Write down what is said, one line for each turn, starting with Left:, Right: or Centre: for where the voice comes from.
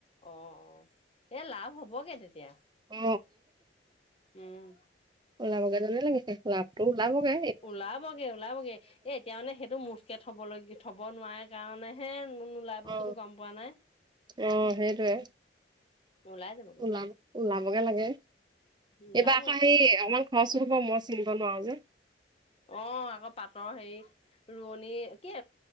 Left: অ অ এই লাভ হ'বগে তেতিয়া
Right: অ
Left: উম
Right: ওলাবগজনে লাগিছে ফুলাব ত লাগে
Left: ওলাবগে ওলাবগে এ এতিয়া মানে সেইটো মুঠকে থব ল থব নোৱাই সেই কাৰণেহে নো নোলাই বস্তুটো
Right: অ
Left: গম পোৱা নাই
Right: অ সেইটোয়ে
Left: ওলাই যাবগে
Right: ওলাব ওলাবগে লাগে
Left: ওলাবই
Right: এইবাৰ আকৌ সেই অকমান খৰচো হব মই চিঙিব নোৱাও যে
Left: অ আকৌ পাটৰ হেৰি ৰুৱনী কি